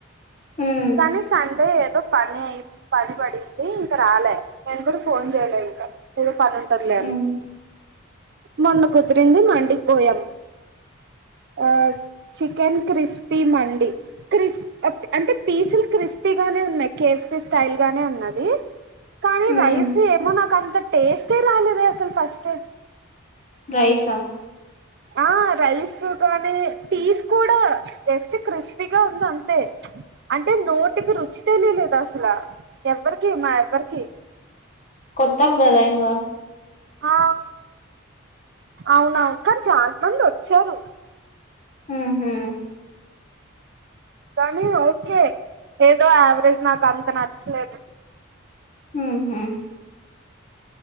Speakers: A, on the left; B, on the right.
A: హ్మ్
B: కానీ సండే ఏదో పని ఐ పని బడింది ఇంక రాలే నేను కూడా ఫోన్ చేయలే ఇంక ఏదో పనుం టద్లే
A: హ్మ్
B: మొన్న కుదిరింది మండికి బోయాం ఆ చికెన్ క్రిస్పీ మండి క్రిస్ అంటే పీసుల్ క్రిస్పీ గానే ఉన్నాయి కేఎఫ్సి స్టైల్ గానే ఉన్నాది కానీ
A: హ్మ్
B: రైస్ ఏమో నాకంత టేస్టే రాలేదే అసలు ఫస్ట్
A: రైసా
B: ఆ రైస్ కానీ పీస్ కూడా జస్ట్ క్రిస్పీగా ఉంది అంతే అంటే నోటికి రుచి తెలియలేద అసల ఎవ్వరికి మా ఎవ్వరికి
A: కొత్త గదయింగా
B: ఆ అవునవును కానీ చాన మంది వచ్చారు
A: ఉహు
B: కానీ ఓకే ఏదో యావరేజ్ నాకు అంత నచ్చలేదు
A: ఉహు